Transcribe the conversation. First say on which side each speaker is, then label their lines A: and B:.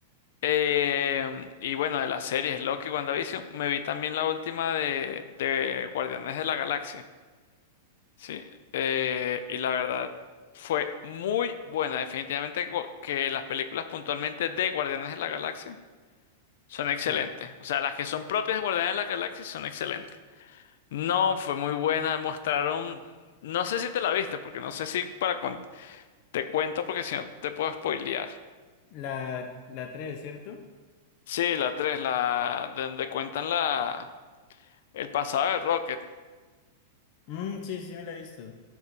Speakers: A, on the left (about 70°); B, on the left (about 50°).
A: eh, y bueno, de las series Loki y WandaVision, me vi también la última de, de Guardianes de la Galaxia. Sí, eh, y la verdad fue muy buena. Definitivamente gu- que las películas puntualmente de Guardianes de la Galaxia son excelentes.
B: Sí.
A: O sea, las que son propias de Guardianes de la Galaxia son excelentes. No, fue muy buena. Mostraron, no sé si te la viste, porque no sé si para con- te cuento, porque si no te puedo spoilear.
B: La, la tres ¿cierto?
A: Sí, la 3, la donde cuentan la el pasado de Rocket.
B: Mm, sí, sí me la he visto.